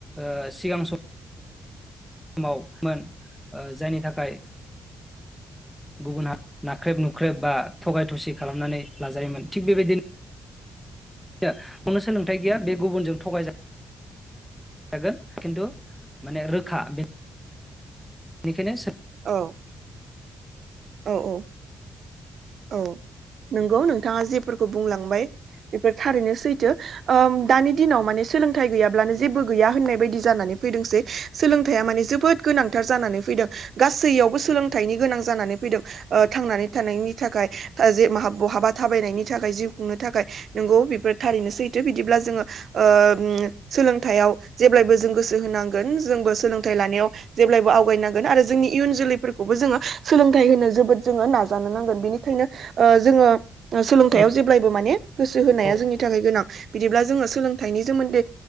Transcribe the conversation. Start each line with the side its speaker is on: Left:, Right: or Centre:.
Centre: ओ सिगां सम समाव मोन ओ जायनि थाखाय गुबुन हारि नाख्रेब नुख्रेब बा थगाय थसि खालामनानै लाजायोमोन थिग बेबायदिनो नो नुनो सोलोंथाइ गैया बे गुबुनजों थगाय गोन खिन्थु माने रोखा बे बेनिखायनो सो
Right: औ औ औ औ नंगौ नोंथाङा जेफोरखौ बुंलांबाय बेफोर थारैनो सैथो ओ दानि दिनाव माने सोलोंथाइ गैयाब्लानो जेबो गैया होननाय बायदि जानानै फैदोंसै सोलोंथाइया माने जोबोद गोनांथार जानानै फैदों गासैयावबो सोलोंथाइनि गोनां जानानै फैदों थांनानै थानायनि थाखाय जे माहा बहाबा थाबायनायनि थाखाय जिउ खुंनो थाखाय नोंगौ बेफोर थारैनो सैथो बिदिब्ला जोङो ओ उम सोलोंथयाव जेब्लायबो जों गोसो होनांगोन जोंबो सोलोंथाइ लानायाव जेब्लायबो आवगायनांगोन आरो जोंनि इयुन जोलैफोरखौबो जोङो सोलों थाय होनो जोबोद जोङो नाजानो नांगोन बिनिखायनो ओ जोङो ओ सोलोंथायाव
Centre: औ
Right: जेब्लायबो माने गोसो होनाया
Centre: औ
Right: जोंनि थाखाय गोनां बिदिब्ला जोङो सोलोंथाइनि सोमोन्दै